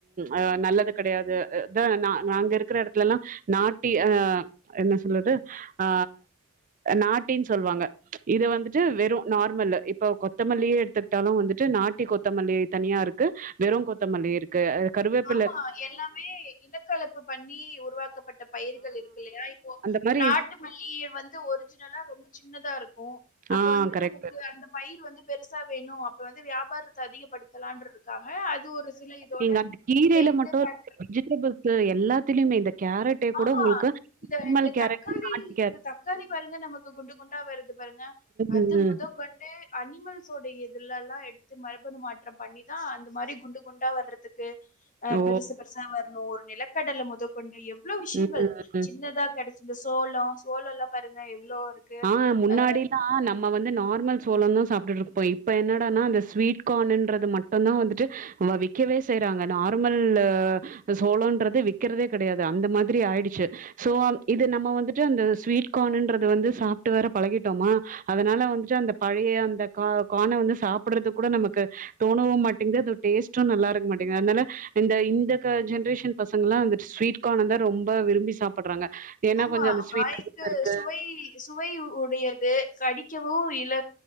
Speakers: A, on the right (about 35°); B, on the left (about 35°).
A: அ நல்லது கெடையாது தா நா நாங்க இருக்கிற எடத்துலல்லா நாட்டி அ என்ன சொல்லது ஆ நாட்டின் சொல்வாங்க இது வந்துட்டு வெறு நார்மல்லு இப்ப கொத்தமல்லியே எடுத்துக்கிட்டாலு வந்து டு நாட்டி கொத்தமல்லி தனியா இருக்கு வெறு கொத்தமல்லி இருக்கு கருவேப்
B: ஆமா எல்லாமே இனக்கலப்பு பண்ணி உருவாக்கப்பட்ட பயிர்கள் இருக்குல்லையா இப்போ
A: இந்த மாரி
B: நாட்டு மல்லி வந்து ஒரிஜினலா ரொம்ப சின்னதா இருக்கு அப்ப
A: ஆ
B: வந்து
A: கரெக்ட்
B: நமக்கு அந்த பயிர் வந்து பெருசா வேணு அப்பறோ வந்து வியாபாரத்த அதிகப்படுத்தலான்றதுக்காக அது ஒரு சில இதோட
A: நீங்க அந்த கீரையில
B: சேர்ந்து
A: மட்டு
B: ப-
A: <inaudible> வெஜிடபிள்ஸ் எல்லாத்துலயுமே இந்த கேரட்டே கூட
B: ஆமா
A: உங்களுக்கு
B: இந்த
A: நிர்மல்
B: இந்த
A: கேரட்
B: தக்காளி
A: நாட்டு கேரட்
B: இந்த தக்காளி பாருங்க நமக்கு குண்டு குண்டா வருது பாருங்க அது
A: ம்
B: மொத கொண்டு அனிமல்ஸோட எதுலல்லா எடுத்து மரபணு மாற்றம் பண்ணிதா அந்த மாரி குண்டு குண்டா வர்றதுக்கு ஆ
A: ஓ!
B: பெருசு பெருசா வரணு ஒரு நிலக்கடல முத கொண்டு எவ்வளோ விஷயங்கள்
A: ம், ம்.
B: சின்னதா கடச் இந்த சோளோ சோளோல்லா பாருங்க எவ்ளோ இருக்கு
A: ஆ முன்னாடிலாம்
B: அ
A: நம்ம வந்து நார்மல் சோளோந்தா சாப்ட்டு இருப்போ இப்ப என்னடான்னா அந்த ஸ்வீட் கார்ன்றது மட்டுந்தா வந்துட்டு ஆமா விக்கவே செய்றாங்க நார்மல்லு சோளோன்றது விக்கிறதே கிடையாது அந்த மாதிரி ஆய்டுச்சி ஸோ இது நம்ம வந்துட்டு அந்த ஸ்வீட் கார்னுன்றது வந்து சாப்ட்டு வேற பழகிட்டோமா அதனால வந்துட்டு அந்த பழைய அந்த கா கான வந்து சாப்டுறது கூட நமக்கு தோணவு மாட் டிங்கு அது டேஸ்டு நல்லா இருக்க மாட்டிங்கு அதனால இந்த இந்த க ஜென்ரேஷன் பசங்கல்லா வந்து ஸ்வீட் கார்ன தா ரொம்ப விரும்பி சாப்புடுறாங்க ஏன்னா
B: ஆமா
A: கொஞ்சோ அந்த ஸ்வீட்
B: வாய்க்கு
A: <inaudible> இருக்கு
B: சுவை சுவை உ உடையது கடிக்கவு இல